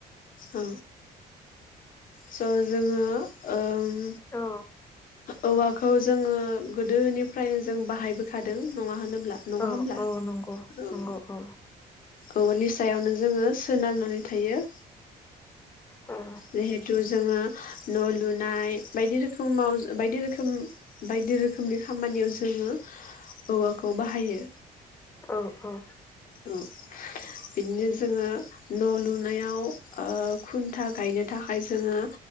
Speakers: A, on the left (about 60°); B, on the left (about 15°).
A: अ स' जोङो ओ उम।
B: औ
A: औवाखौ जोङो गोदोनिफ्रायनो जों बाहायबोखादों नङा होनोब्ला? ब्ला नङा
B: औ
A: होमब्ला?
B: औ नंगौ
A: ओं।
B: नंगौ औ
A: औवानि सायावनो जोङो सोनारनानै थायो।
B: औ
A: जिहेथु जोङो न' लुनाय बायदि रोखोमाव बायदि रोखोम बायदि रोखोमनि खामानियाव जोङो औवाखौ बाहायो।
B: औ औ।
A: औ बिदिनो जोङो न' लुनायाव ओ खुनथा गायनो थाखाय जोङो,